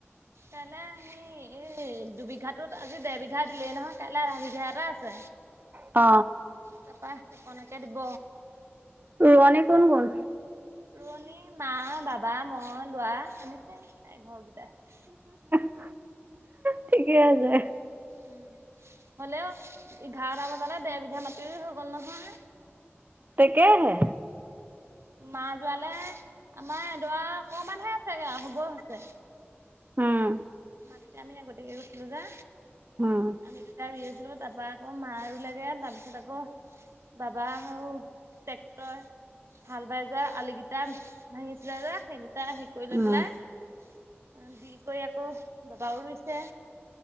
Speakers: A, on the right (about 70°); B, on the right (about 40°).
A: কাইলৈ আহি এই দুবিঘাটোত আজি দে বিঘা দিলে নহয় কাইলে আধা বিঘা এটা আছে।
B: অ
A: তাপা সেইকনকে দিব।
B: ৰোৱনী কোন কোন
A: ৰোৱণী মা বাবা মই লৰা আমি চাই ঘৰকেইটাই
B: হা ঠিকে আছে।
A: উম হ'লেও এঘাৰটা বজালে দেৰবিঘা মাতি হৈ গ'ল নহয়।
B: তাকেহে
A: মা যোৱালে আমাৰ এডৰা অকমানহে আছেগে হব হৈছে।
B: উম
A: মাটিলে আমি আগতীয়াকে গৈছিলো যে
B: উম,
A: আমি দুটাই ৰুই আছিলো তাত তাপা আকৌ মা ৰুলেগে তাৰপিছত আকৌ বাবা আৰু টেক্টৰ হাল বাই যোৱা আলি কিটা ভাঙিছিলে যে সেই কেইটা হেই কৰি লৈ
B: উম।
A: পেলাই দি কৰি আকৌ বাবাও ৰুইছে